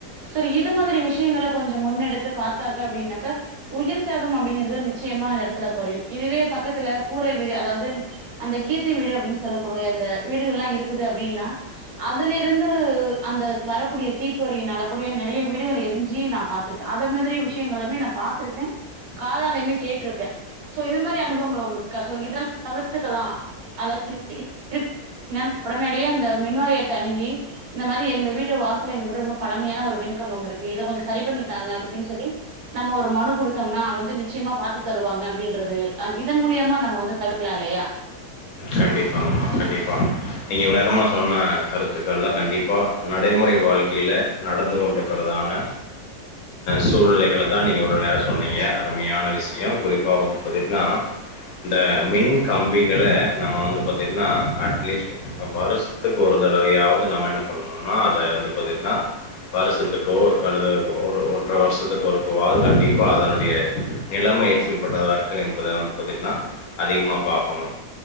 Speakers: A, on the right (about 65°); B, on the left (about 65°).
A: சரி இது மாதிரி விஷயங்கள கொஞ்சோ முன்னெடுத்து பாத்தாக்க அப்படின்னாக்கா உயிர் சேதம் அப்படிங்கறது நிச்சயமா அந்த எடத்துல குறையும் இதுவே பக்கத்துல கூரை வீடு அதாவது அந்த கீத்து வீடு அப்படின்னு சொல்லக்கூடிய அந்த வீடுகள் எல்லாம் இருக்குது அப்படின்னா அதுல இருந்து அந்த வரக்கூடிய தீப்பொறினலக்கூடிய நிறைய வீடுகள் எரிஞ்சி நான் பாத்திருக்கேன் அத மாதிரியி விஷயங்களுமே நான் பாத்திருக்கேன் காதாலையுமே கேட்டிருக்கேன் சோ இத மாதிரி அனுபவங்கள உங்களுக்கு இருக்க இதெல்லாம் தவிர்த்துக்கலாம் அதாவது இப்படி இருக்கு அப்படின்னா உடனடிய அந்த மின்வாரியை தணுகி இந்த மாதிரி எங்க வீட்டு வாசல இந்த மாதிரி ரொம்ப பழமையான ஒரு மின்கம்பம் இருக்கு இதை கொஞ்சம் சரி பண்ணித்தாங்க அப்படின்னு சொல்லி நம்ம ஒரு மனு கொடுத்தோம்னா வந்து நிச்சயமா பாத்து தருவாங்க அப்படின்றது இதன் மூலியமா நம்ம வந்து தவிரலாம் இல்லையா
B: கண்டிப்பாகம்மா கண்டிப்பாக நீங்கள் இவ்வளோ நேரம்மா சொன்ன கருத்துக்கள்லாம் கண்டிப்பாக நடைமுறை வாழ்க்கையில் நடந்து கொண்டிருக்கிறதான சூழ்நிலைகளை தான் நீங்கள் இவ்ளோ நேரம் சொன்னீங்க அருமையான விஷயம் குறிப் பா வந்து பாத்தீங்கன்னா இந்த மின் கம்பிகள நம்ம வந்து பாத்திங்கன்னா அட்லீஸ்ட் வருஷத்துக்கு ஒரு தடவையாவது நம்ம என்ன பண்ணணுனா அத வந்து பாத்தீங்கன்னா வருஷத்துக்கோ அது ஒரு ஒன்றரை வருஷத்துக்கு ஒருக்கவாவது கண்டிப்பா அதனுடைய நிலமை எப்படிப்பட்டதாக இருக்குது என்பத வந்து பாத்திங்கன்னா அதிகமாக பார்க்கணு